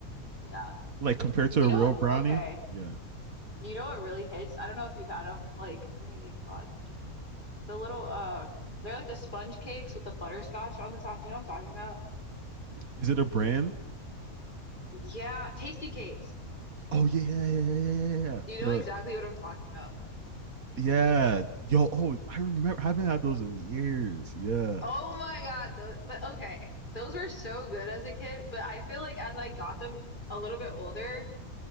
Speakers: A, on the left; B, on the right.
A: Yeah,
B: like compared to
A: you
B: a
A: know
B: real
A: what?
B: brownie.
A: Okay,
B: Yeah,
A: you know what really hits? I don't know if you've had them. Like what are they called? Jeez. The little uh, they're like the sponge cakes with the butterscotch on the top. Do you know what I'm talking about?
B: is it a brand?
A: Yeah, tasty cakes.
B: Oh yeah, yeah, yeah, yeah, yeah, yeah. yeah.
A: You
B: The
A: know exactly what I'm talking about.
B: yeah, yo, oh, I remember. I haven't had those in years. Yeah,
A: Oh my God, those, but okay, those were so good as a kid, but I feel like as I got them a little bit older,